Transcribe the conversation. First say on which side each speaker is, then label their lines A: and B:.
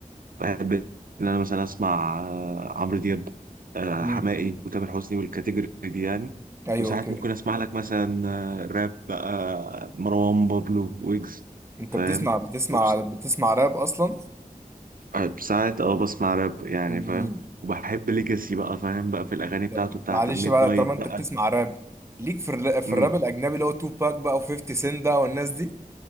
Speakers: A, on the right; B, on the right.
A: بحب إن أنا مثلا أسمع آه، عمرو دياب آه،
B: مم.
A: حماقي وتامر حسني والكاتيجوري دي يعني
B: ايوه
A: وساعات
B: اوكي
A: ممكن أسمع لك مثلا آه، راب بقى مروان بابلو ويجز
B: انت
A: فاهم
B: بتسمع بتسمع
A: وبس-
B: بتسمع راب اصلا
A: آه، ساعات اه بسمع راب يعني
B: امم
A: فاهم وبحب ليجاسي بقى فاهم بقى في الأغاني بتاعته
B: طب
A: بتاعت
B: معلش
A: الميد
B: بقى
A: نايت
B: طالما
A: بقى
B: انت بتسمع راب ليك في الر- في
A: مم.
B: الراب الاجنبي اللي هو تو باك بقى و50 سنت بقى والناس دي